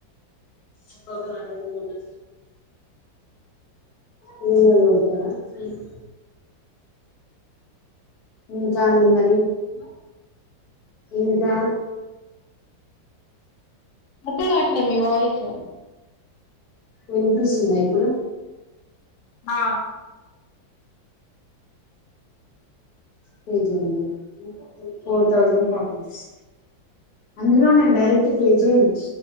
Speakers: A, on the left (about 55°); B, on the left (about 75°).
A: ఒక్కొక్కలు అందరు బొండ్లి నేన్ కూడా వెళ్తనా చెస్ నుంచొండి మరి
B: హలో
A: ఇంకా
B: మధ్య రాట్లే మీ వాయిస్
A: వినిపిస్తుందా ఇప్పుడు
B: ఆ
A: పే చేయండి ఫోర్ థౌసండ్ ఫార్టీ రూపిస్ అందులో నేను డైరెక్ట్ పే చేయను